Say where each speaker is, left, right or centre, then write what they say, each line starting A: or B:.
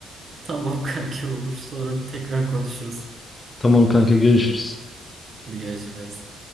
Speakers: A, on the right; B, on the left.
A: Tamam <laughs> kanki olur. Sonra tekrar konuşuruz.
B: <laughs> Tamam kanka görüşürüz.
A: Hadi görüşürüz.